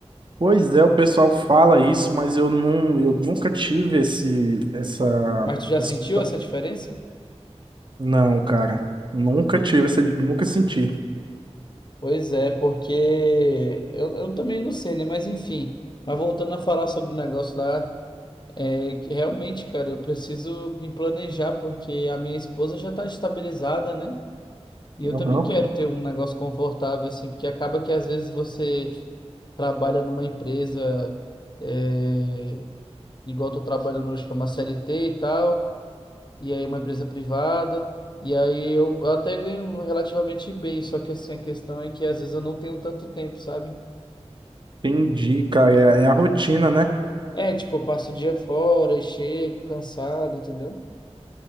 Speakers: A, on the right (about 45°); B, on the left (about 40°).
A: Pois é, o pessoal fala isso, mas eu não, eu nunca tive esse, essa,
B: Ma- Mas tu já
A: esse,
B: sentiu
A: pensamento
B: essa diferença?
A: não, cara, nunca tive essa, nunca senti.
B: Pois é, porque eu, eu também não sei, né? Mas enfim. Mas voltando a falar sobre o negócio lá, é que realmente, cara, eu preciso me planejar, porque a minha esposa já tá estabilizada, né? E eu
A: Aham.
B: também quero ter um negócio confortável, assim, porque acaba que às vezes você trabalha numa empresa, é, igual eu tô trabalhando hoje, que é uma CLT e tal, e aí é uma empresa privada. E aí eu até ganho relativamente bem, só que assim, a questão é que às vezes eu não tenho tanto tempo, sabe?
A: Entendi, cara, é, é a rotina, né?
B: É, tipo, eu passo o dia fora e chego cansado, entendeu?